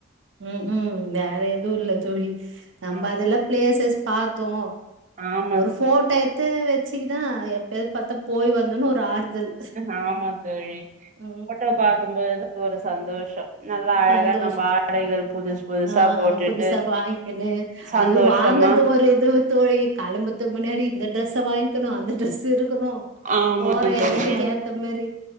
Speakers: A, on the right; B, on the right.
A: ம்ம் வேற எதுவு இல்ல தோழி நம்ப
B: ஆ
A: அதெல்லா பிளேசஸ் பாத்தோ
B: ஆமா
A: ஒரு
B: தோ
A: ஃபோட்டோ எத்து வச்சுகினா எப்பயாது பாத்தா போய் வந்தோன்னு ஒரு ஆறுதல்
B: ஆமா தோழி
A: ம்
B: போட்டோ பாக்கும்போது ஒரு சந்தோஷோ நல்லா அழகா
A: சந்தோஷ
B: நம்ம ஆடைகள் புதுசு புதுசா
A: ஆ
B: போட்டுட்டு
A: புதுசா வாங்கிக்கினு
B: சந்தோஷமா
A: அதுவு வாங்கறது ஒரு இது தோழி கெளம்பத்து முன்னாடி இந்த டிரெஸ்ஸ வாங்க்கணு அந்த டிரெஸ்ஸு இருக்கணு
B: ஆமா
A: போற
B: தோழி
A: எடத்துக்கு ஏத்த மாரி